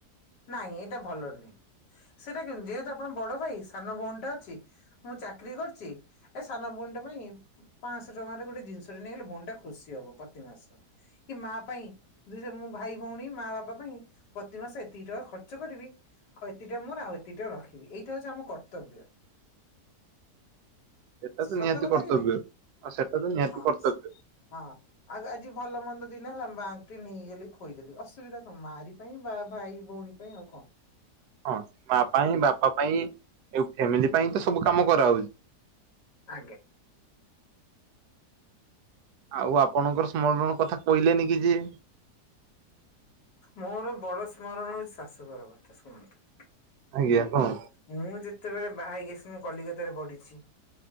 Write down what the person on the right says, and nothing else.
ଏଟା ତ
ନିହାତି
କର୍ତ୍ତବ୍ୟ
ଆଉ ସେଟା ତ ନିହାତି
କର୍ତ୍ତବ୍ୟ।
ଅଁ ସେଇ ମା ପାଇଁ ବାପା ପାଇଁ ଏଉ ଫ୍ୟାମିଲି ପାଇଁ ତ ସବୁ କାମ କରାହଉଚି।
ଆଉ ଆପଣଙ୍କର ସ୍ମରଣ କଥା କଇଲେନି କି ଯେ।
ଆଜ୍ଞା କଁ?